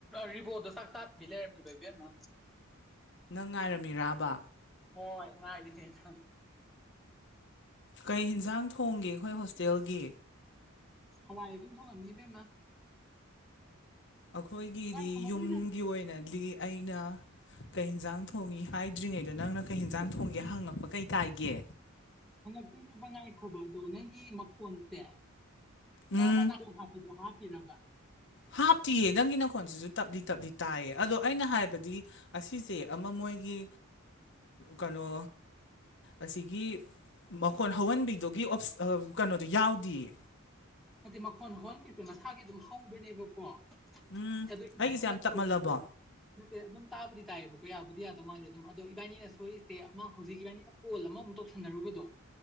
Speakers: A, in the centre; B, on the left (about 60°).
A: ꯔꯤꯕꯣꯗꯣ ꯆꯥꯛꯇꯥꯥꯗꯕꯤ ꯂꯩꯔꯝꯃꯤ ꯕꯩꯕꯤꯦꯝꯃ
B: ꯅꯪ ꯉꯥꯏꯔꯝꯃꯤꯔꯕ
A: ꯍꯣꯏ ꯉꯥꯏꯗꯤꯅꯦ
B: ꯀꯩ ꯍꯟꯖꯥꯡ ꯊꯣꯡꯒꯦ ꯑꯩꯈꯣꯏ ꯍꯣꯁꯇꯦꯜꯒꯤ
A: ꯍꯋꯥꯏ ꯑꯗꯨ ꯊꯃꯟꯅꯤꯕꯦꯝꯃ
B: ꯑꯩꯈꯣꯏꯒꯤꯗꯤ
A: ꯉꯥꯏꯈꯣ ꯃꯔꯨꯑꯣꯏꯅ
B: ꯌꯨꯝꯒꯤ ꯑꯣꯏꯅꯗꯤ ꯑꯩꯅ ꯀꯩ ꯌꯦꯟꯖꯥꯡ ꯊꯣꯡꯉꯤ ꯍꯥꯏꯗ꯭ꯔꯤꯉꯩꯗ ꯅꯪꯅ ꯀꯩ ꯍꯟꯖꯥꯡ ꯊꯣꯡꯒꯦ ꯍꯪꯉꯛꯄ ꯀꯩ ꯀꯥꯏꯒꯦ
A: ꯍꯪꯉꯛꯇꯣꯏꯅꯦ ꯕꯉꯥꯏꯈꯣꯕ ꯑꯗꯣ ꯅꯪꯒꯤ ꯃꯀꯣꯟꯁꯦ ꯅ
B: ꯎꯝ
A: ꯃꯅꯣ ꯍꯥꯀꯤꯔꯒ
B: ꯍꯥꯞꯇꯤꯌꯦ ꯅꯪꯒꯤ ꯅꯈꯣꯟꯁꯤꯁꯨ ꯇꯞꯂꯤ ꯇꯞꯂꯤ ꯇꯥꯏꯌꯦ ꯑꯗꯣ ꯑꯩꯅ ꯍꯥꯏꯕꯗꯤ ꯑꯁꯤꯁꯦ ꯑꯃ ꯃꯣꯏꯒꯤ ꯀꯩꯅꯣ ꯑꯁꯤꯒꯤ ꯃꯈꯣꯟ ꯍꯧꯍꯟꯕꯤꯗꯨꯒꯤꯞ ꯀꯩꯅꯣꯗꯨꯣ ꯌꯥꯎꯗꯤꯌꯦ
A: ꯍꯥꯏꯗꯤ ꯃꯈꯣꯟ ꯍꯣꯟꯒꯤꯁꯦ ꯃꯁꯥꯒꯤ ꯑꯗꯨꯝ ꯍꯧꯕꯅꯦꯕꯀꯣ
B: ꯎꯝ
A: ꯑꯗꯣ ꯏꯗꯥꯅꯤꯅꯁꯨ
B: ꯑꯩꯒꯤꯁꯦ ꯌꯥꯝ ꯇꯞꯃꯜꯂꯕꯣ
A: ꯈꯜꯗꯁꯦ ꯅꯠꯇꯦ ꯑꯗꯨꯝ ꯇꯥꯕꯨꯗꯤ ꯇꯥꯏꯌꯦꯕꯀꯣ ꯌꯥꯕꯨꯗꯤ ꯌꯥꯗꯧ ꯃꯥꯜꯂꯦ ꯑꯗꯨꯝ ꯑꯗꯣ ꯏꯕꯥꯅꯤꯅ ꯁꯣꯏꯔꯤꯁꯦ ꯑꯃ ꯍꯧꯖꯤꯛ ꯏꯕꯥꯅꯤꯅ ꯀꯣꯜ ꯑꯃꯃꯨꯛ ꯇꯧꯁꯟꯅꯔꯨꯕꯗꯣ